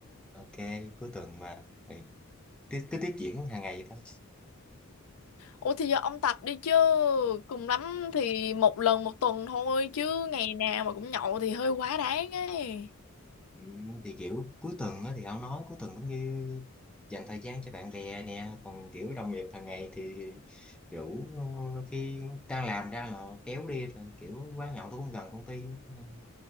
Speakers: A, in the centre; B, on the left (about 80°).
A: ok cuối tuần mà ừ. cứ, cứ tiếp diễn hàng ngày vậy thôi
B: ủa thì giờ ông tập đi chứ cùng lắm thì một lần một tuần thôi chứ ngày nào mà cũng nhậu thì hơi quá đáng ấy
A: Ừ, thì kiểu cuối tuần á, thì ông nói cuối tuần cũng như dành thời gian cho bạn bè nè còn kiểu đồng nghiệp hàng ngày thì kiểu ờ, khi đang làm ra là kéo đi thì kiểu quán nhậu tôi cũng gần công ty nên